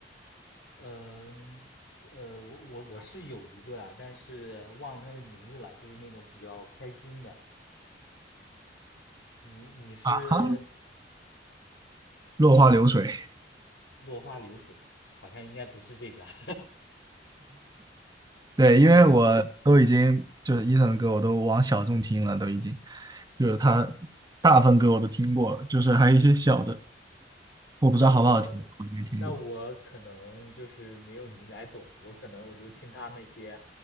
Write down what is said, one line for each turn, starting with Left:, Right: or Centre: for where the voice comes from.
Left: 嗯，呃，我我我是有一个啊，但是忘了他的名字了，就是那种比较开心的。你你是
Right: 啊哈，落花流水。
Left: 落花流水，好像应该不是这个。<laughs>
Right: 对，因为我都已经就是伊森的歌，
Left: 对，
Right: 我都往小众听了，都已经就是他大部分歌我都听过，了，就是还有一些小的，我不知道好不好听，
Left: 那我
Right: 我没听过。
Left: 那我可能就是没有你来懂，我可能我就听他那些